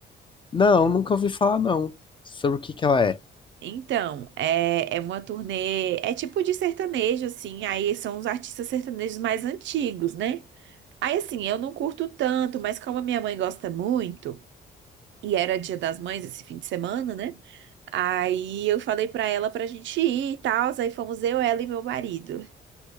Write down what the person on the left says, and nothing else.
Não, nunca ouvi falar não. Sobre o que que ela é?